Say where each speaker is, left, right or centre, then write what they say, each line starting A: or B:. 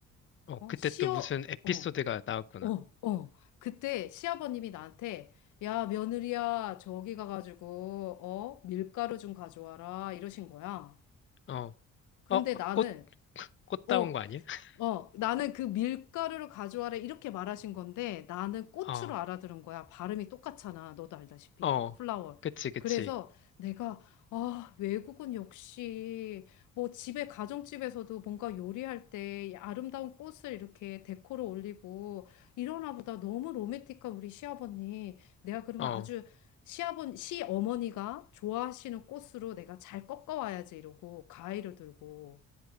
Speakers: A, on the left (about 40°); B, on the left (about 80°).
A: 어,
B: 어,
A: 그때
B: 시어,
A: 또 무슨 에피소드가
B: 어,
A: 나왔구나.
B: 어, 어. 그때 시아버님이 나한테 야, 며느리야, 저기 가가지고, 어, 밀가루 좀 가져와라. 이러신 거야.
A: 어,
B: 근데
A: 어,
B: 나는,
A: 꽃, 꽃 따온
B: 어,
A: 거 아니야? <laughs>
B: 어, 나는 그 밀가루를 가져와라 이렇게 말하신 건데 나는 고추로
A: 어,
B: 알아들은 거야. 발음이 똑같잖아. 너도 알다시피.
A: 어,
B: 플라워.
A: 그치, 그치.
B: 그래서 내가, 아, 외국은 역시 뭐 집에, 가정집에서도 뭔가 요리할 때 아름다운 꽃을 이렇게 데코로 올리고 이러나 보다 너무 로맨틱한 우리 시아버님. 내가 그러면
A: 어, 어.
B: 아주 시아버, 시어머니가 좋아하시는 꽃으로 내가 잘 꺾어와야지 이러고 가위를 들고.